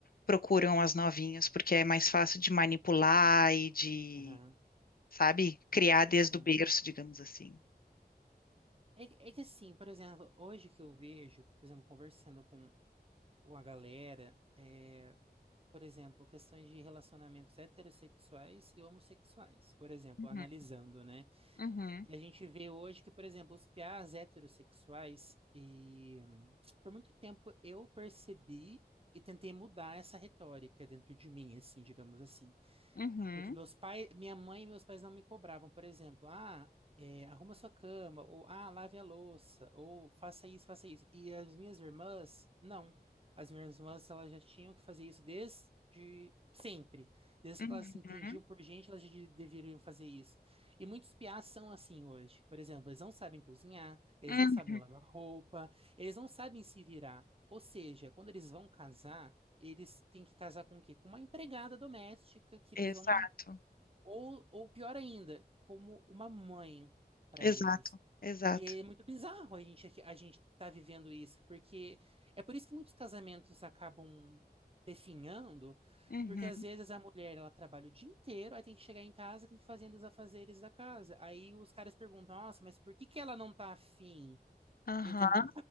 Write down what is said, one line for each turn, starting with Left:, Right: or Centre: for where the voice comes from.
Left: procuram as novinhas porque é mais fácil de manipular e de,
Right: Aham,
Left: sabe, criar desde
Right: sim.
Left: o berço, digamos assim.
Right: É, que- é que assim, por exemplo, hoje que eu vejo, por exemplo, conversando com, com a galera, é, por exemplo, questões de relacionamentos heterossexuais e homossexuais, por exemplo,
Left: Uhum,
Right: analisando, né?
Left: uhum,
Right: E a gente vê hoje que, por exemplo, os piás heterossexuais, e hum, por muito tempo eu percebi e tentei mudar essa retórica dentro de mim, assim, digamos assim.
Left: uhum,
Right: Porque meus pais, minha mãe e meus pais não me cobravam, por exemplo, ah, é, arruma sua cama, ou ah, lave a louça, ou faça isso, faça isso. E as minhas irmãs, não. As minhas irmãs, elas já tinham que fazer isso desde sempre. Desde
Left: uhum,
Right: que elas se entendiam por gente, elas já de- deveriam fazer isso. E muitos piás são assim hoje. Por exemplo, eles não sabem cozinhar, eles
Left: uhum.
Right: não sabem lavar roupa, eles não sabem se virar. Ou seja, quando eles vão casar, eles têm que casar com o quê? Com uma empregada doméstica que
Left: Exato,
Right: eles vão, ou, ou pior ainda, como uma mãe para
Left: exato,
Right: eles.
Left: exato.
Right: E é muito bizarro a gente aqui- a gente tá vivendo isso, porque é por isso que muitos casamentos acabam definhando,
Left: Uhum,
Right: porque às vezes a mulher ela trabalha o dia inteiro, aí tem que chegar em casa, tem que fazer os afazeres da casa. Aí os caras perguntam: "Nossa, mas por que que ela não tá afim?"
Left: aham.
Right: Entendeu?